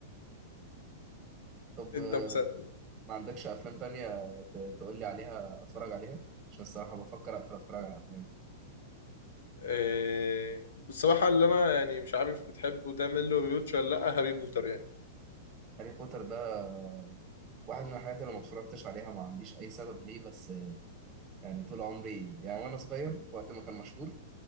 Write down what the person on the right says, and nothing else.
طب
آه،
ما عندكش افلام تانية ت- تقول لي عليها اتفرج عليها عشان الصراحه بفكر اقفل اتفرج على افلام
هاري بوتر ده آه، واحد من الحاجات اللي ما اتفرجتش عليها ما عنديش اي سبب ليه بس يعني طول عمري يعني وانا صغير وقت ما كان مشهور